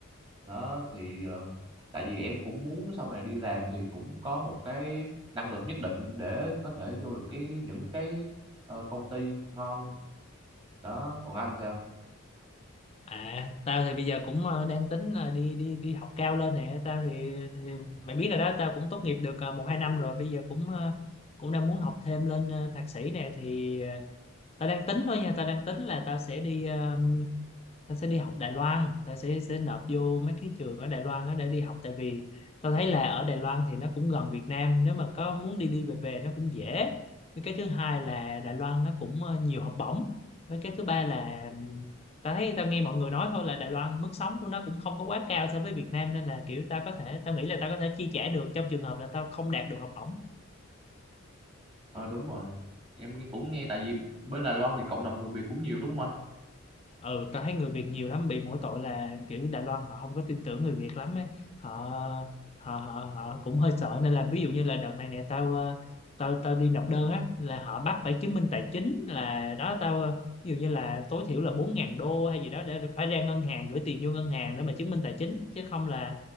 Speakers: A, on the right; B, on the left.
A: đó thì ờ, tại vì em cũng muốn sau này đi làm thì cũng có một cái năng lực nhất định để có thể vô được cái những cái ờ, công ty ngon đó còn anh sao
B: À, tao thì bây giờ cũng ờ, đang tính là đi đi đi học cao lên nè, tao thì, thì mày biết rồi đó, tao cũng tốt nghiệp được ờ, một hai năm rồi, bây giờ cũng ờ, cũng đang muốn học thêm lên ờ, thạc sĩ nè thì ờ, tao đang tính thôi nha, tao đang tính là tao sẽ đi ờ, tao sẽ đi học Đài Loan tao sẽ sẽ nộp vô mấy cái trường ở Đài Loan á để đi học tại vì tao thấy là ở Đài Loan thì nó cũng gần Việt Nam nếu mà có muốn đi đi về về nó cũng dễ với cái thứ hai là Đài Loan nó cũng ờ, nhiều học bổng với cái thứ ba là ừm, tao thấy tao nghe mọi người nói thôi là Đài Loan mức sống của nó cũng không có quá cao so với Việt Nam nên là kiểu tao có thể tao nghĩ là tao có thể chi trả được trong trường hợp là tao không đạt được học bổng
A: Ờ đúng rồi. Em nghe- cũng nghe tại vì bên Đài Loan thì cộng đồng người Việt cũng nhiều đúng không anh?
B: ừ tao thấy người Việt nhiều lắm bị mỗi tội là kiểu Đài Loan họ không có tin tưởng người Việt lắm ấy họ họ họ, họ cũng hơi sợ nên là ví dụ như là đợt này nè tao ờ, tao tao đi nộp đơn á là họ bắt phải chứng minh tài chính là đó tao ờ, ví dụ như là tối thiểu là bốn ngàn đô hay gì đó để phải ra ngân hàng gửi tiền vô ngân hàng để mà chứng minh tài chính chứ không là